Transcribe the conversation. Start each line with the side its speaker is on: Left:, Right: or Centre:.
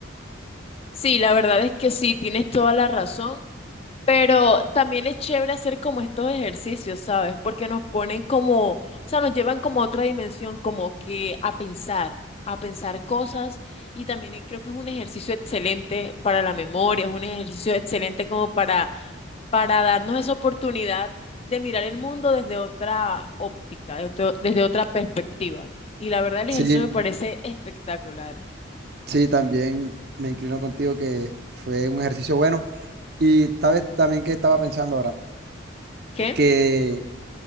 Left: Sí, la verdad es que sí, tienes toda la razón, pero también es chévere hacer como estos ejercicios, ¿sabes? Porque nos ponen como, o sea, nos llevan como a otra dimensión, como que a pensar, a pensar cosas y también eh, creo que es un ejercicio excelente para la memoria, es un ejercicio excelente como para, para darnos esa oportunidad de mirar el mundo desde otra óptica, de otro- desde otra perspectiva. Y la verdad el
Right: Sí,
Left: ejercicio me parece espectacular.
Right: Sí, también me inclino contigo que fue un ejercicio bueno. Y sabes también que estaba pensando ahora,
Left: ¿Qué?
Right: que,